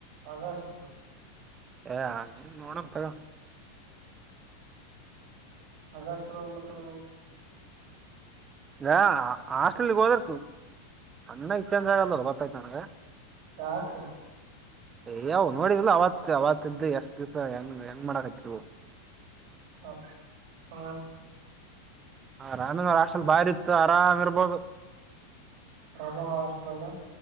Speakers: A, on the right; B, on the right.
A: ಅಗಸ್ಟ್
B: ಅ ನೋಣಪ್ಪಾ
A: ಹಾಗಗಷ್ಟ ಬಿಡ್ತಾರ
B: ಇ ಆಾಸ್ಟೆಲಗೆ ಹೋದ್ರ ಅನ್ನ ಇಚ್ಚೆಂದಾಗಲ್ಲ ಗತ್ತೈತು ನನಗೆ
A: ಹತ.
B: ಅಯ್ಯವು ನೋಡಿದಿಲ್ಲ ಅವತ್ತು ಅವತ್ತ್ದ ಎಷ್ಟು ದಿವ್ಸ ಹೆಂಗ್ ಹೆಂಗ್ ಮಾಡಕ್ತಿವು.
A: ಹ ಹಾ.
B: ಹ ರಾಮಂದ ಆಕ್ಲ್ ಬಾರಿ ಇತ್ತು ಆರಾಮ್ ಇರ್ಬೋದು.
A: ರಾಮ ಹಾಸ್ಟಲ್ ಎಲ್ಲ